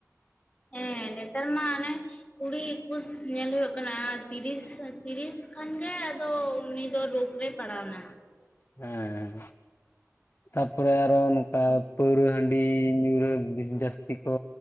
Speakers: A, on the left; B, on the left.
A: ᱦᱮᱸ ᱱᱮᱛᱟᱨ ᱢᱟ ᱟᱱᱮ ᱠᱩᱲᱤ ᱤᱠᱩᱥ ᱧᱮᱞ ᱦᱩᱭᱩᱜ ᱠᱟᱱᱟ, ᱛᱤᱨᱤᱥ, ᱛᱤᱨᱤᱥ ᱠᱷᱟᱱ ᱜᱮ ᱟᱫᱚ ᱩᱱᱤ ᱫᱚ ᱨᱳᱜᱽ ᱨᱮ ᱯᱟᱲᱟᱣ ᱮᱱᱟ᱾
B: ᱦᱮᱸ᱾ ᱛᱟᱯᱚᱨᱮ ᱟᱨᱚ ᱱᱚᱴᱟ ᱯᱟᱹᱣᱨᱟᱹ ᱦᱟᱺᱰᱤ ᱧᱩ ᱨᱮ ᱵᱤᱥᱤ ᱡᱟᱹᱥᱛᱤ ᱠᱚ